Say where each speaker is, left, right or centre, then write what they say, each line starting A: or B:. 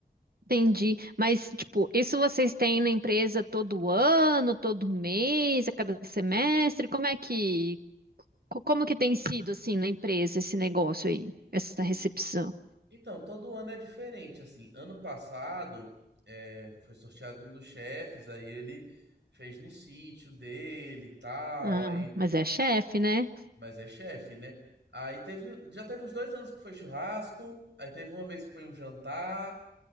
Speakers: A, on the right; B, on the right.
A: entendi. Mas, tipo, isso vocês têm na empresa todo ano, todo mês, a cada semestre? Como é que, co- como que tem sido, assim, na empresa esse negócio aí, essa
B: E-
A: recepção?
B: Então, todo ano é diferente, assim. Ano passado, é, foi sorteado um dos chefes, aí ele fez no sítio dele e tal,
A: Ah,
B: aí,
A: mas é chefe, né?
B: mas é chefe, né? Aí teve, já teve uns dois anos que foi churrasco, aí teve uma vez que foi um jantar.